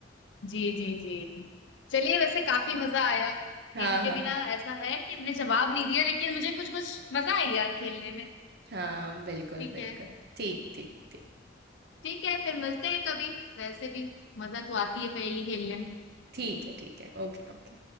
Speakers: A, on the left; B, on the right.
A: जी जी जी जी चलिए वैसे काफी मजा आया
B: हाँ,
A: हिंट के
B: हाँ,
A: बिना
B: हाँ।
A: ऐसा है कि हमने जवाब नहीं दिया लेकिन मुझे कुछ कुछ मजा आई यार खेलने में
B: हाँ बिल्कुल
A: ठीक
B: बिल्कुल
A: है
B: ठीक ठीक ठीक
A: ठीक है फिर मिलते हैं कभी वैसे भी मजा तो आती है पहेली खेलने में
B: ठीक है ठीक है ओके ओके